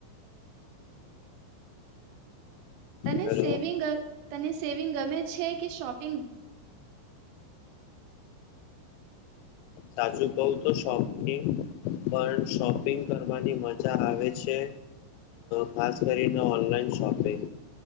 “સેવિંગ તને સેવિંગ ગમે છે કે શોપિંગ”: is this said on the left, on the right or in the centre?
Right